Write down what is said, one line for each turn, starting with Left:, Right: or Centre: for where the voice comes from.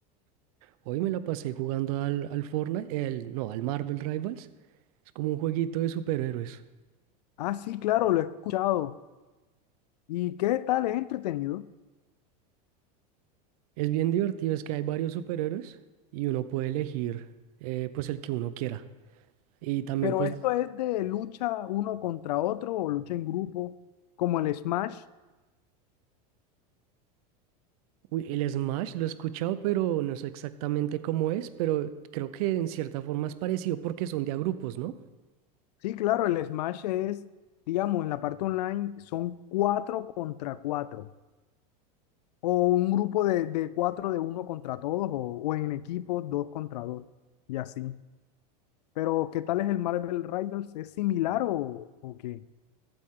Right: Hoy me la pasé jugando al, al Fortnite, el, no, al Marvel Rivals. Es como un jueguito de superhéroes.
Left: Ah, sí, claro, lo he escuchado. ¿Y qué tal? ¿Es entretenido?
Right: Es bien divertido, es que hay varios superhéroes y uno puede elegir eh, pues el que uno quiera. Y también
Left: Pero
Right: pues
Left: esto es de lucha uno contra otro o lucha en grupo, como el Smash.
Right: Uy, el Smash lo he escuchado, pero no sé exactamente cómo es, pero creo que en cierta forma es parecido porque son de a grupos, ¿no?
Left: Sí, claro, el Smash es, digamos, en la parte online son cuatro contra cuatro, o un grupo de, de cuatro de uno contra todos, o, o en equipos dos contra dos, y así. Pero, ¿qué tal es el Marvel Rivals? ¿Es similar o, o qué?